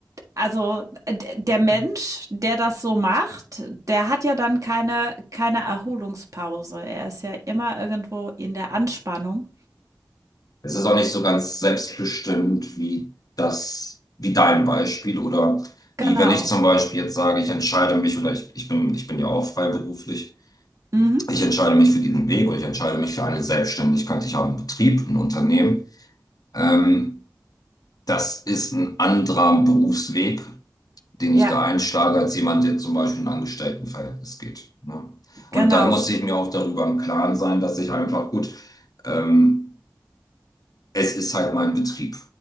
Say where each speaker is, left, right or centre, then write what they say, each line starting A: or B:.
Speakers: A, on the right; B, on the left.
A: also der
B: Mhm.
A: Mensch, der das so macht, der hat ja dann keine, keine Erholungspause. Er ist ja immer irgendwo in der Anspannung.
B: Es ist auch nicht so ganz selbstbestimmt wie das, wie dein Beispiel oder wie
A: Genau.
B: wenn ich zum Beispiel jetzt sage, ich entscheide mich oder ich, ich bin, ich bin ja auch freiberuflich,
A: Mhm.
B: ich entscheide mich für diesen Weg oder ich entscheide mich für eine Selbstständigkeit, ich habe einen Betrieb, ein Unternehmen. Ähm, das ist ein anderer Berufsweg, den
A: Ja,
B: ich da einschlage, als jemand, der zum Beispiel in ein Angestelltenverhältnis geht. Ne?
A: genau.
B: Und dann muss ich mir auch darüber im Klaren sein, dass ich einfach gut, ähm, Es ist halt mein Betrieb.